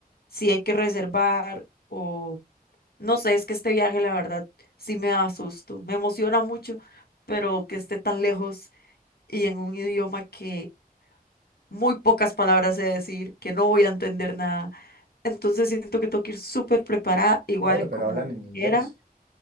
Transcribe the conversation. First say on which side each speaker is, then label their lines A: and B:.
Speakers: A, on the left; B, on the right.
A: sí hay que reservar o no sé, es que este viaje la verdad sí me da susto, me emociona mucho, pero que esté tan lejos y en un idioma que muy pocas palabras sé decir, que no voy a entender nada, entonces siento que tengo que ir súper preparada, igual
B: Bueno, pero
A: como
B: hablan en inglés.
A: quiera.